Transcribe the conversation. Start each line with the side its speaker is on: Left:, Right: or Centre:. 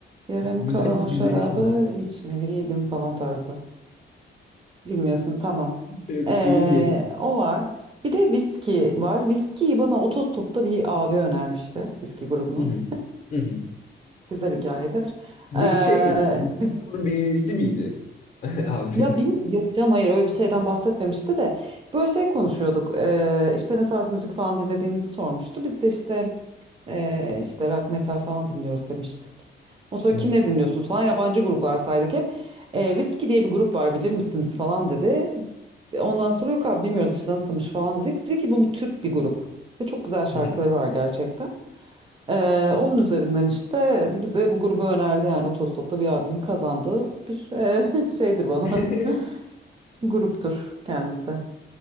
Right: Yarım
Left: Güzel
Right: kalan o şarabı
Left: güzel isim.
Right: içmeliydim falan tarzı. Bilmiyorsun tamam.
Left: Yok bunu
Right: Ee,
Left: bilmiyordum.
Right: o var. Bir de viski var. Viskiyi bana otostopta bir abi önermişti. Viski grubunu.
Left: Hı hı. Hı hı.
Right: Güzel hikayedir. Ee,
Left: Peki şey mi? Whisky
Right: biz
Left: grubunun bir üyesi miydi? <laughs> Abi.
Right: Ya bin yok canım hayır öyle bir şeyden bahsetmemişti de böyle şey konuşuyorduk Ee, işte ne tarz müzik falan dinlediğimizi sormuştu biz de işte ee, işte rock metal falan dinliyoruz demiştik. O sonra
Left: Hı
Right: kimleri dinliyorsunuz falan yabancı gruplar saydık hep Ee, Whiskey diye bir grup var bilir misiniz falan dedi. Ve Ondan sonra yok abi bilmiyoruz işte nasılmış falan dedik. Dedi ki bu, bu Türk bir grup ve çok güzel şarkıları
Left: hı.
Right: var gerçekten. Ee, onun üzerinden işte bize bu grubu önerdi yani otostopta bir abinin kazandığı bir ee, <laughs> şeydir bana.
Left: <laughs>
Right: Gruptur kendisi.